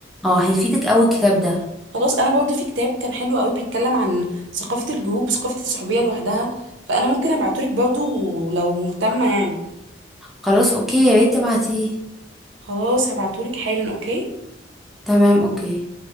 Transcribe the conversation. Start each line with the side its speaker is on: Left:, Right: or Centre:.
Centre: اه هيفيدك قوي الكتاب ده
Right: خلاص انا برضو في كتاب كان حلو قوي بيتكلم عن ثقافة الجروب وثقافة الصحوبية لوحدها فانا ممكن ابعتهولك برضو لو مهتمة يعني
Centre: خلاص اوكي يا ريت تبعتيه
Right: خلاص هبعتهولك حالا اوكي
Centre: تمام اوكي